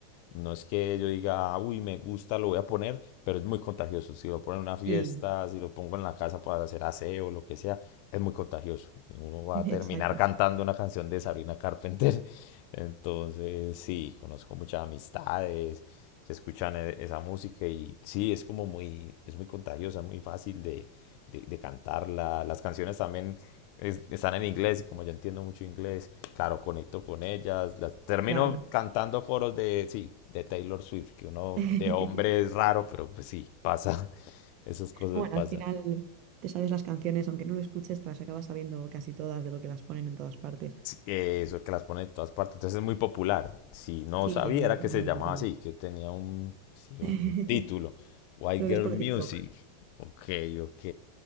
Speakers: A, on the left; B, on the right.
A: No es que yo diga, uy, me gusta, lo voy a poner, pero es muy contagioso. Si lo pongo en una fiesta,
B: Sí,
A: si lo pongo en la casa para hacer aseo, lo que sea, es muy contagioso. Uno va
B: <laughs> exacto,
A: a terminar cantando una canción de Sabrina Carpenter. <laughs> Entonces, sí, conozco muchas amistades se escuchan e- esa música y sí, es como muy, es muy contagiosa, muy fácil de, de, de cantarla. Las canciones también es- están en inglés y como yo entiendo mucho inglés, claro, conecto con ellas. Las, termino
B: claro.
A: cantando coros de, sí, de Taylor Swift, que uno
B: <laughs>
A: de hombre es raro, pero pues sí, pasa, <laughs> esas cosas
B: Bueno,
A: pasan.
B: al final te sabes las canciones, aunque no lo escuches, te las acabas sabiendo casi todas de lo que las ponen en todas partes.
A: eh, eso que las pone en todas partes. Entonces es muy popular. Si no
B: Sí,
A: sabía
B: es muy,
A: era
B: po-
A: que
B: muy
A: se llamaba
B: popular.
A: así, que tenía un, sí,
B: <laughs> Creo
A: un, un título. White Girl
B: que es por
A: Music.
B: En TikTok. TikTok.
A: Ok, ok.